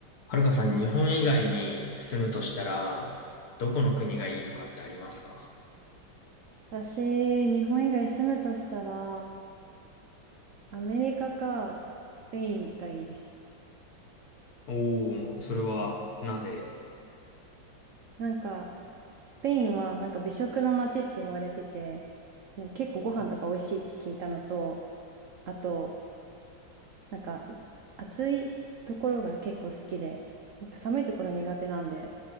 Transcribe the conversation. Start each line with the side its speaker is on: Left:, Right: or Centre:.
Left: はるかさん、日本以外に住むとしたら、どこの国がいいとかってありますか
Right: 私、日本以外住むとしたら、アメリカかスペインがいいです。
Left: おー、それは、なぜ
Right: なんか、スペインはなんか美食の街って言われてて、結構ご飯とか美味しいって聞いたのと、あと、なんか暑いところが結構好きで、なんか寒いところ苦手なんで、なん